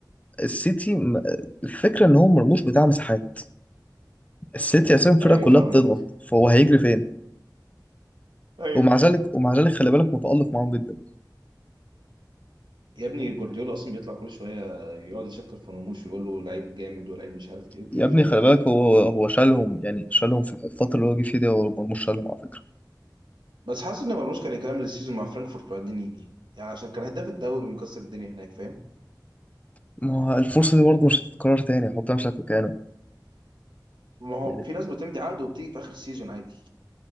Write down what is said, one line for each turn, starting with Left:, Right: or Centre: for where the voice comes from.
Left: السيتي م- الفكره ان هو مرموش بتاع مساحات السيتي اساسا الفرقه
Right: ايوه
Left: كلها
Right: فاهمك
Left: بتضغط فهو هيجري فين
Right: ايوه
Left: ومع ذلك ومع ذلك خلي بالك متالق معاهم جدا
Right: يا ابني جوارديولا اصلا بيطلع كل شويه يقعد يشكر في مرموش ويقول له لعيب جامد ولعيب مش عارف ايه وكده
Left: يا ابني
Right: فاهم
Left: خلي بالك هو هو شالهم يعني شالهم في الفترة اللي هو جه فيها دي هو مرموش شالهم على فكرة
Right: بس حاسس ان مرموش كان يكمل السيزون مع فرانكفورت وبعدين يجي يعني عشان كان هداف الدوري ومكسر الدنيا هناك فاهم
Left: ما هو الفرصة دي برضه مش هتتكرر تاني حط نفسك مكانه
Right: ما هو
Left: يعني
Right: في ناس بتمضي عقد وبتيجي في اخر السيزون عادي